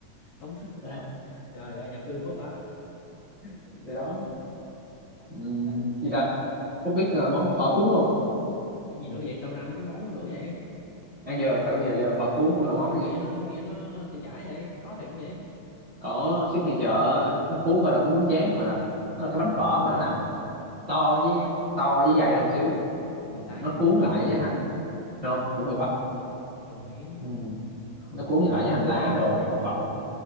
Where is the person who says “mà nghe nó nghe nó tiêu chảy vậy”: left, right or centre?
Left